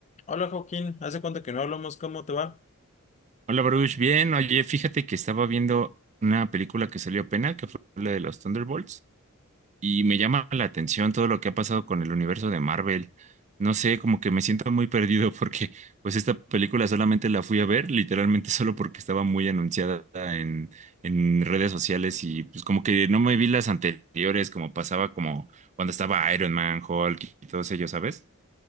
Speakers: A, on the left; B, on the right.
A: Hola Joaquín, ¿hace cuánto que no hablamos? ¿Cómo te va?
B: Hola Baruch, bien. Oye, fíjate que estaba viendo una película que salió apenas, que fue la de los Thunderbolts, y me llama la atención todo lo que ha pasado con el universo de Marvel. No sé, como que me siento muy perdido porque pues esta película solamente la fui a ver, literalmente <laughs> solo porque estaba muy anunciada en, en redes sociales y pues como que no me vi las anteriores, como pasaba como cuando estaba Iron Man, Hulk y todos ellos, ¿sabes?